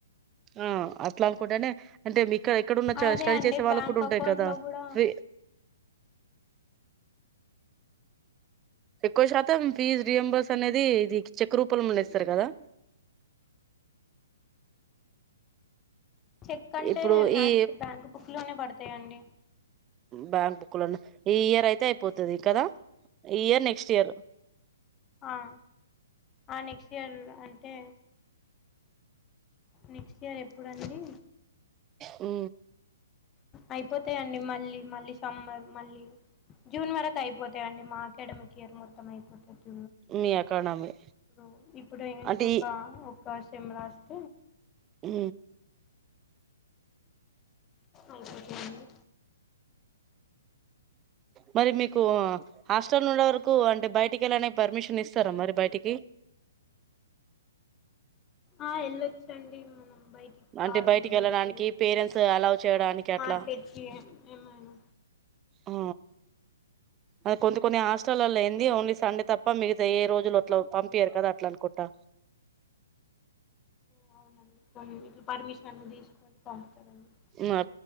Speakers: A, on the right; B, on the left.
A: ఆ అట్లా అనుకుంటనే అంటే మీక ఇక్కడున్న చ
B: అదే
A: స్టడీ
B: అండి
A: చేసే వాళ్ళకు
B: బ్యాంక్
A: కూడా ఉంటాయి
B: అకౌంట్
A: కదా
B: లో కూడా
A: ఫీ ఎక్కువ శాతం ఫీజ్ రియంంబర్స్ అనేది ఇది చెక్ రూపంలనే ఇస్తారు కదా
B: చెక్ అంటే
A: ఇప్పుడు
B: మ్యాక్స్
A: ఈ
B: బ్యాంక్ బుక్ లోనే పడుతుంది అంతే అండి
A: బ్యాంక్ బుక్ లల్ల ఈ ఇయర్ అయితే అయిపోతది కదా ఈ ఇయర్ నెక్స్ట్ ఇయర్
B: ఆ ఆ నెక్స్ట్ ఇయర్ అంటే నెక్స్ట్ ఇయర్ ఎప్పుడుండి
A: ఉ
B: అయిపోతాయండి మళ్ళీ మళ్ళీ సంబర్ మళ్ళీ జూన్ వరకు అయిపోతాయండి మా అకాడమిక్ ఇయర్ మొత్తం అయిపోతంది
A: మీ ఎకానమీ
B: ఇప్పుడు ఇప్పుడు ఇంకొక
A: అంటే ఈ
B: ఒక టెమెరాస్త
A: అ
B: అవును
A: మరి మీకు హాస్టల్ ఉండే వరకు అంటే బయటికి వెళ్ళనే పర్మిషన్ ఇస్తారా మరి బయటికి
B: ఆ వెళ్ళొచ్చండి బయటికి
A: అంటే
B: కావాలంటే
A: బయటికి వెళ్ళడానికి
B: వెళ్ళొచ్చు
A: పేరెంట్స్ అలవ్ చేయడానికి అట్లా
B: మార్కెట్కి ఏమైనా
A: ఆ అదిే కొంత కొన్ని ఆశ హాస్టల్ లల్లా ఏంది
B: వెళ్ళొచ్చండి
A: ఓన్లీ సండే తప్పిగా ఏ రోజు కొన్నిటిలో పంపియారు కదా అట్లా అనుకుంటా
B: ఆ అవునండి కొన్ని ఇట్లా పర్మిషన్లు తీసుకొని పంపుతారండి
A: మా